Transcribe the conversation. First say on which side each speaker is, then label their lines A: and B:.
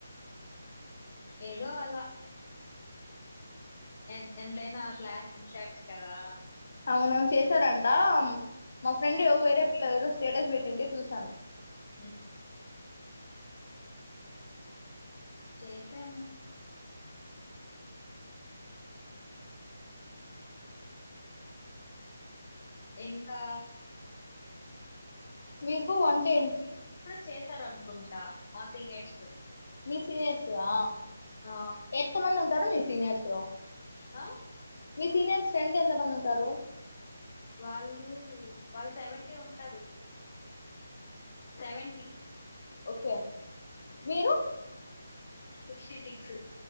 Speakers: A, on the left; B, on the left.
A: ఏదో అలా ఎం ఎంతైనా క్లాస్ ఇన్ఛార్జ్ కదా!
B: అవునవును చేశారంట. మా ఫ్రెండ్ ఎవ్ వేరే పిల్ల <unintelligible> స్టేటస్ పెట్టింటే చూశాను.
A: హ్మ్ చేశాము. ఇంకా
B: మీకు వంటేంటి
A: చేశారనుకుంటా మా సీనియర్స్.
B: మీ సీనియర్స్థా
A: ఆ
B: ఎంత మంది ఉంటారు మీ సీనియర్స్? తో
A: ఆ
B: సీనియర్స్ ఫ్రెండ్స్ ఎంతమంది ఉంటారు?
A: వాళ్ళు వాళ్ళు సెవెంటీ ఉంటారు. సెవెంటీ.
B: ఓకే మీరు
A: సిక్స్టీ సిక్స్